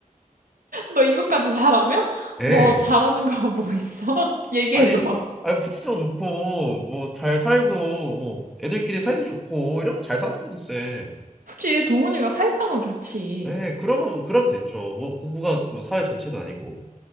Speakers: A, on the right; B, in the centre.
A: 너 이것까지 잘하면?
B: 예.
A: 너 잘하는 거 뭐 있어? <laughs> 얘기해줘봐.
B: 아니, 아니, 부치도 좋고, 뭐, 잘 살고, 뭐, 애들끼리 사이도 좋고, 이러면 잘 사는 거죠, 쌤.
A: 굳이 동훈이가 사회성은 좋지.
B: 네, 그러면 그러면 됐죠. 뭐 공부가 뭐 사회 전체도 아니고.